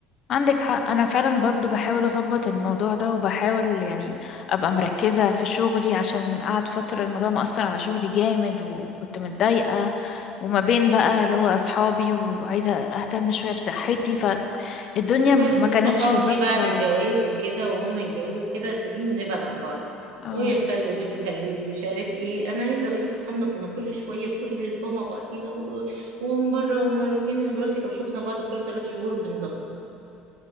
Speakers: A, on the left; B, on the right.
A: عندك حق انا فعلا برضو بحاول اظبط الموضوع ده وبحاول يعني ابقى مركزة في شغلي عشان قعد فترة الموضوع مأثر على شغلي جامد وكنت متضايقة وما بين بقى اللي هو اصحابي وعايزة اهتم شوية بصحتي فالدنيا
B: عايزه
A: ما
B: اقول لك الصحاب
A: كانتش ظابطة
B: دي بعد الجواز وكده وهم يتجوزوا وكده سديم نبعد عن بعض
A: اه
B: ويخلوا فيديو يخلوا مش عارف ايه انا عايزه اقول لك اصحابنا كنا كل شويه كل اسبوع مع بعضينا و- ومره ومرتين احنا دلوقتي لو شفنا بعض كل ثلاث شهور بنظهر